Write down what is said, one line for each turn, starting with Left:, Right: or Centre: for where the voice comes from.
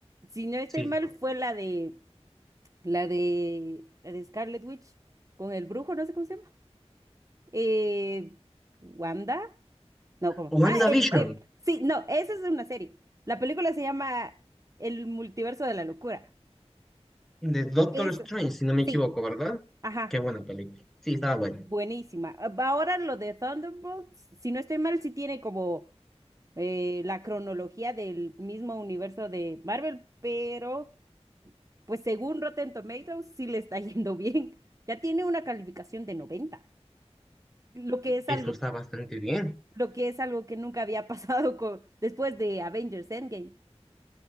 Right: Si no estoy
Centre: Sí.
Right: mal, fue la de, la de, la de Scarlet Witch con el brujo, no sé cómo se llama. Eh, Wanda, no, ¿cómo?
Centre: WandaVision,
Right: Ah, el, el- sí, no, esa es una serie. La película se llama El multiverso de la locura.
Centre: de Doctor
Right: Eso,
Centre: Strange, si no me
Right: sí.
Centre: equivoco, ¿verdad?
Right: Ajá.
Centre: Qué buena película. Sí, estaba bueno.
Right: Buenísima. Ah, Ahora lo de Thunderbolts, si no estoy mal, sí tiene como eh, la cronología del mismo universo de Marvel, pero pues según Rotten Tomatoes sí le está <laughs> yendo bien. Ya tiene una calificación de 90, lo que es
Centre: eso
Right: algo,
Centre: está bastante bien.
Right: lo que es algo que nunca había <laughs> pasado con, después de Avengers Endgame,